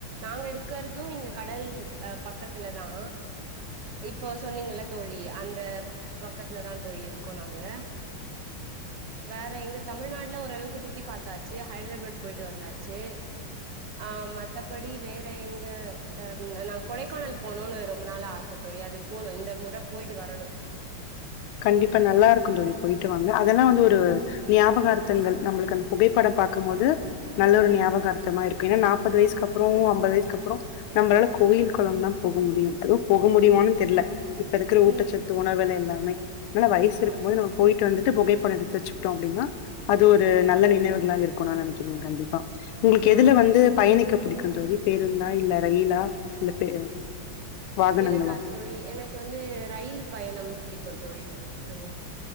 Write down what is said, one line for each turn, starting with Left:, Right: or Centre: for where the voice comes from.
Right: நாங்க இருக்கிறதும் இங்க கடல் பக்கத்துல தான் இப்போ சொன்னீங்க தோழி அந்த இந்த பக்கத்துல தான் தோழி இருக்கோம் நாங்க வேற எங்க தமிழ்நாடுல ஓரளவுக்கு சுத்தி பார்த்தாச்சு ஹைதராபாத் போயிட்டு வந்தாச்சு ஹ மற்றபடி வேற எங்க நாான் கொடைக்கானல் போனும்னு ரொம்ப நாள் ஆசை தோழி அது போகணும் இந்த முறை போயிட்டு வரணும்
Left: கண்டிப்பா நல்லா இருக்கும் தோழி போயிட்டு வாங்கங்க அதெல்லாம் வந்து ஒரு ஞாபகம் இருக்கு அங்க நம்மளுக்கு அந்த புகைப்படம் பார்க்கும்போது நல்ல ஒரு ஞாபகார்த்தமா இருக்கும் ஏன்னா நாற்பது வயசுக்கு அப்புறம் ஐம்பது வயசுக்கு அப்புறம் நம்மளால கோயில் குளம் தான் போக முடியும் அது போக முடியுமான்னு தெரியல இப்ப இருக்கிற ஊட்டச்சத்து
Right: ம்
Left: உணவில எல்லாமே நனா வயசு இருக்கும்
Right: ஆமா
Left: போதே நம்ம போயி் ட்டு வந்துட்டு புகைப்படோ எடுத்து வச்சக்கிட்டோ அப்படின்னா அது ஒரு நல்ல நினைவுகளாக இருக்கும்னு நினைக்கிறே கண்டிப்பா உங்களுக்கு எதுல
Right: ஆமா
Left: வந்து பயணிக்க புடிக்கு தோழி பேருந்தா இல்ல ரயிலா இல்ல பே வாகனங்களா?
Right: எனக்கா தோழி எனக்கு வந்து ரயில் பயணம் பிடிக்கு தோழி அது